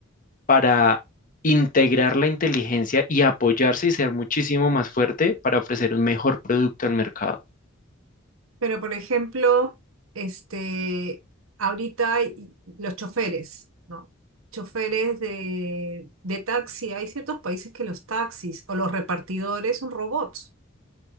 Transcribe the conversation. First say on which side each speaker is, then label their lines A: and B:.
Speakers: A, on the left (about 40°); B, on the right (about 85°).
A: para integrar la inteligencia y apoyarse y ser muchísimo más fuerte para ofrecer un mejor producto al mercado.
B: Pero, por ejemplo, este, ahorita hay los choferes, ¿no? Choferes de, de taxi, hay ciertos países que los taxis o los repartidores son robots,